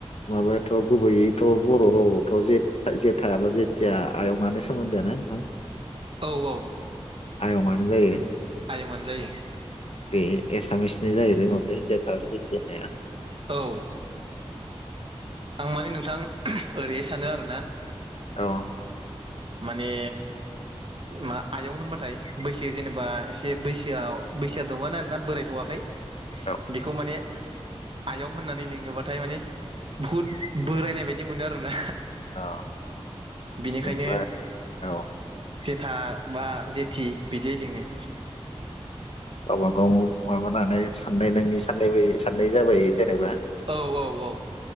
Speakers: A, on the left; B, on the right.
A: माबायाथ' गुबैयैथ' बर' रावआवथ' जे जेथायाबो जेथिया आयङा सोमोन्दोआनो नोंथां?
B: औ औ
A: आयंआनो
B: <inaudible>
A: जायो
B: आयंआनो जायो।
A: बे एसामिसनि जाहैबाय माबाया जेथा आरो जे <unintelligible>
B: औ आं माने नोंथां ओरैहाय सानो आरोना।
A: औ
B: माने मा आयं होनबाथाय बैसो जेनेबा एसे बैसोआव बैसोआ दंगोआनो आरोना बोरायथ'वाखै।
A: औ
B: बेखौ माने आयं होननानै लिङोबाथाय माने बुहुद बोरायनाय बायदि मोनो आरोना
A: अ
B: बेनिखायनो
A: जेनबा औ
B: जेथा बा जेथि बिदि लिङो
A: गावबागावाव माबानानै साननाय नाङि साननाय बै साननाय जाबाय जेनेबा
B: औ औ औ